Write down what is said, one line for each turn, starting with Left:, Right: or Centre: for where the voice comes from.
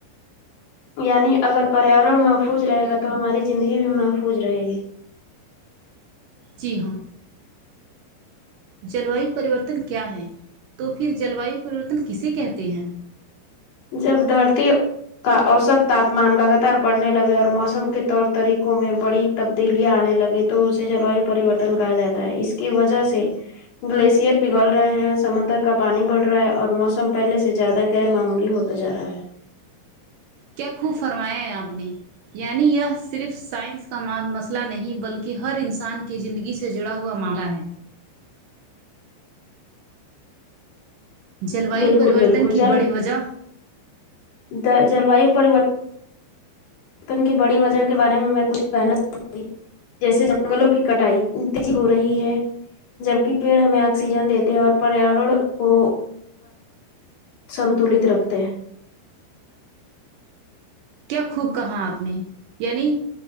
Left: یعنی اگر پریاورن محفوظ رہے گا تو ہماری زندگی بھی محفوظ رہے گی
Right: جی ہاں جلوائی پریوارتن کیا تو پھر جلوائی پریوارتن کیسے کہتے ہے
Left: جب دھرتی کا اوسط تاپمان لگاتار بڑھنے لگے اور موسم کے طور طریقوں میں بڑی تبدیلیاں آنے لگے تو اسے جل ویو پریورتن کہا جاتا ہے اس کی وجہ سے گلیشئر پگھل رہے ہیں سمندر کا پانی بڑھ رہا ہے اور موسم پہلے سے زیادہ غیر معمولی ہوتا جا رہا ہے
Right: کیا خوب فرمایا ہے آپ نے یعنی یہ صرف سائنس کا مسئلہ نہیں بلکی ہر انسان کی زندگی گی سے جڑا ہوا معاملہ ہے جل ایو
Left: بالکل
Right: پرریورتن
Left: بالکل
Right: کی بڑی وجہ
Left: دا جل وایو پریوارتن وتن کی بڑی وجہ کے بارے میں کچھ کہنا چاہوں گی جیسے جنگلوں کی کٹائی تجی ہو رہی ہے جبکی پیڑ ہمیں آکسیجن دیتے ہیں اور پیاورن کو سنتولت رکھتے ہیں
Right: کیا خوب کہا آپ نے یعنی